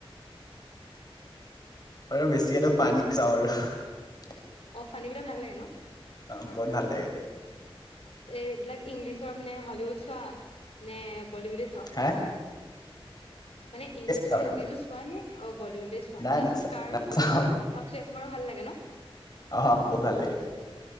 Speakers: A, on the left; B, on the left.
A: আৰু বেছিটো ফানীয়ে
B: হম
A: চাওঁ আৰু
B: অ', ফানিবিলাক ভাল লাগে ন'?
A: অ', বহুত ভাল লাগে।
B: এইবিলাক ইংলিছৰ মানে হলীউড চোৱা নে বলীউডে চোৱা?
A: হেঁ?
B: মানে ইংলিছৰ
A: চাওঁ আৰু
B: মুভিজো চোৱা নে অ, বলিউডে চোৱা
A: নাই
B: তাত
A: নাচা
B: কাৰ
A: নাচাওঁ
B: কমেডী বেছি ভাল লাগে? অক্ষয় কুমাৰু ভাল লাগে ন?
A: অ', বহুত ভাল লাগে।